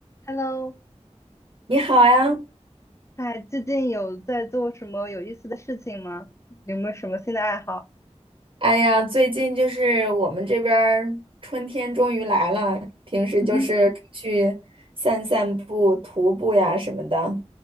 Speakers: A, on the left; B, on the right.
A: Hello，
B: 你好呀，
A: 哎，最近有在做什么有意思的事情吗？有没有什么新的爱好？
B: 哎呀，最近就是我们这边儿春天终于来了，平时就是出去散散步、
A: 嗯哼，
B: 徒步呀什么的。